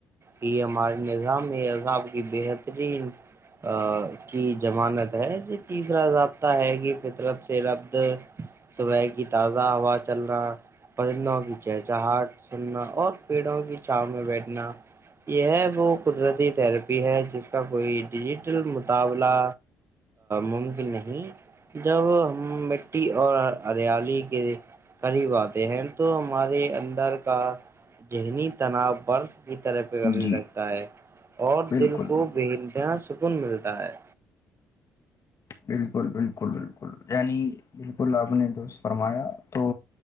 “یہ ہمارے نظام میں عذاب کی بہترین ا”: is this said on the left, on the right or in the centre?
Right